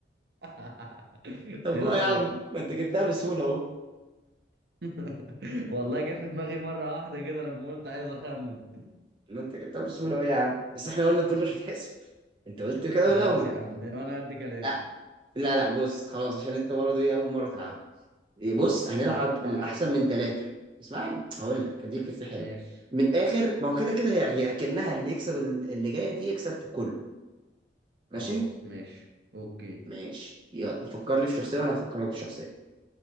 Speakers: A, on the right; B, on the right.
A: <laughs>
B: طب
A: ايه
B: هو
A: رأيك
B: يا عم ما انت جبتها بسهولة اهو
A: <laughs> والله جه في دماغي مرة واحدة كده لما قلت عايز اخمن
B: ما انت جبتها بسهولة اهو يا عم بس احنا قلنا الدور ده مش هيتحسب انت قلت كده
A: خلاص
B: من الاول
A: يا عم وانا قد كلام
B: لا لا لا بص خلاص عشان انت برضه ايه اول مرة تلعبها إيه، بص هنلعب
A: لا لا
B: الاحسن
A: عادي
B: من ثلاثة اسمعني هقول لك اديك فكرة حلوة
A: ماشي
B: من الاخر ما هو كده كده هي هي اكنها اللي يكسب ال- اللي جاية دي يكسب كله ماشي
A: خلاص ماشي اوكي
B: ماشي يلا فكر لي في شخصية وانا افكر لك في شخصية